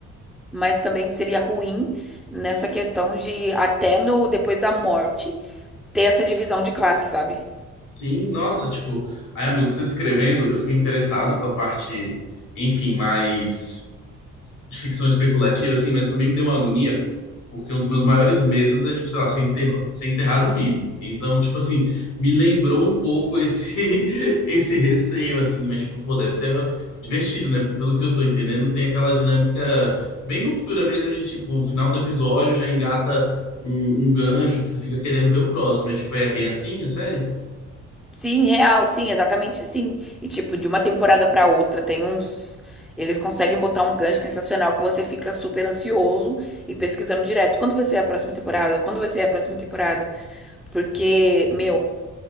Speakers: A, in the centre; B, on the left (about 80°).
A: mas também seria ruim nessa questão de, até no, depois da morte, ter essa divisão de classe, sabe?
B: Sim, nossa, tipo, aí, amigo, você descrevendo, eu fiquei interessado pela parte, enfim, mais de ficção especulativa, assim, mas também me deu uma agonia, porque um dos meus maiores medos é, tipo, sei lá, ser enter- ser enterrado vivo. Então, tipo assim, me lembrou um pouco esse, <laughs> esse receio, assim, mas, tipo, pô, deve ser divertido, né? Porque pelo que eu tô entendendo, tem aquela dinâmica bem ruptura mesmo de, tipo, o final do episódio já engata um, um gancho que você fica querendo ver o próximo. É, tipo, é bem assim, é sério?
A: Sim, real, sim, exatamente assim. E tipo, de uma temporada pra outra tem uns eles conseguem botar um gancho sensacional que você fica super ansioso e pesquisando direto. Quando vai ser a próxima temporada? Quando vai ser a próxima temporada? Porque, meu,